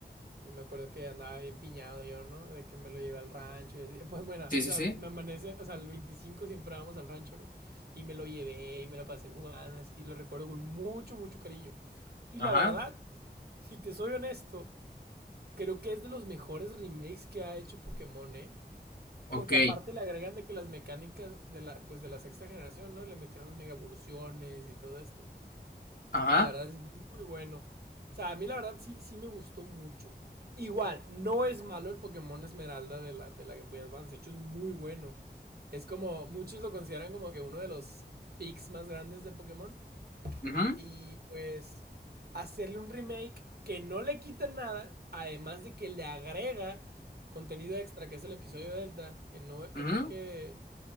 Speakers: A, on the right (about 60°); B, on the left (about 50°).
A: y me acuerdo que andaba bien piñado yo, ¿no? De que me lo llevé al rancho y así. Pues bueno,
B: Sí,
A: o
B: sí,
A: sea,
B: sí.
A: me amanece, o sea, el 25 siempre vamos al rancho, ¿no? Y me lo llevé y me la pasé jugando, así, lo recuerdo con mucho, mucho cariño. Y
B: Ajá.
A: la verdad, si te soy honesto, creo que es de los mejores remakes que ha hecho Pokémon, ¿eh?
B: Ok.
A: Porque aparte le agregan de que las mecánicas de la, pues de la sexta generación, ¿no? Le metieron las mega evoluciones y todo esto.
B: Ajá.
A: Y la verdad es muy bueno. O sea, a mí la verdad sí, sí me gustó mucho. Igual, no es malo el Pokémon Esmeralda de la, de la Game Boy Advance. De hecho, es muy bueno. Es como, muchos lo consideran como que uno de los picks más grandes de Pokémon.
B: Ujú,
A: Y pues, hacerle un remake que no le quita nada, además de que le agrega contenido extra, que es el episodio Delta, que no, eh,
B: ujú.
A: creo que,